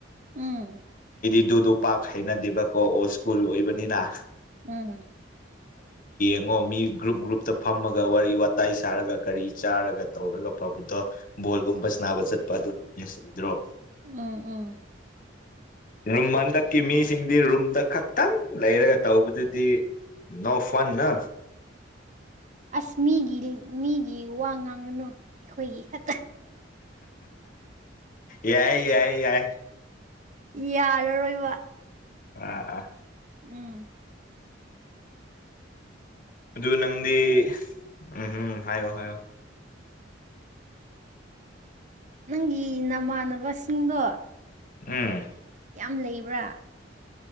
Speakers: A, on the right; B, on the left.
A: ꯎꯝ
B: ꯑꯗꯨꯗꯣ ꯄꯥꯛ ꯍꯩꯅꯗꯦꯕꯀꯣ ꯑꯣꯜ ꯁ꯭ꯀꯨꯜ ꯑꯣꯏꯕꯅꯤꯅ
A: ꯎꯝ
B: ꯈꯉꯣ ꯃꯤ ꯒ꯭ꯔꯨꯞ ꯒ꯭ꯔꯨꯞꯇ ꯐꯝꯃꯒ ꯋꯥꯔꯤ ꯋꯥꯇꯥꯏ ꯁꯥꯔꯒ ꯀꯔꯤ ꯆꯥꯔꯒ ꯇꯧꯔꯒ ꯐꯕꯗꯣ ꯕꯣꯜꯒꯨꯝꯕ ꯅꯥꯕ ꯆꯠꯄ ꯑꯗꯨꯅ ꯕꯦꯁ ꯑꯣꯏꯗ꯭ꯔꯣ
A: ꯎꯝ ꯎꯝ
B: ꯔꯨꯝ ꯍꯟꯗꯛꯀꯤ ꯃꯤꯁꯤꯡꯗꯤ ꯔꯨꯝꯗ ꯈꯛꯇꯪ ꯂꯩꯔꯒ ꯇꯧꯕꯗꯨꯗꯤ ꯅꯣ ꯐꯟ ꯅ
A: ꯑꯁꯃꯤꯒꯤ ꯃꯤꯒꯤ ꯋꯥ ꯉꯥꯡꯉꯅꯨ ꯑꯩꯈꯣꯏꯒꯤ ꯍ
B: ꯌꯥꯏ ꯌꯥꯏ ꯌꯥꯏ
A: ꯌꯥꯔꯔꯣꯏꯕ
B: ꯑꯥ ꯑꯥ
A: ꯎꯝ
B: ꯑꯗꯨ ꯅꯪꯗꯤ ꯎꯝ ꯎꯝ ꯍꯥꯏꯌꯣ ꯍꯥꯏꯌꯣ
A: ꯅꯪꯒꯤ ꯅꯃꯥꯟꯅꯕꯁꯤꯡꯗꯣ
B: ꯎꯝ
A: ꯌꯥꯝ ꯂꯩꯕ꯭ꯔꯥ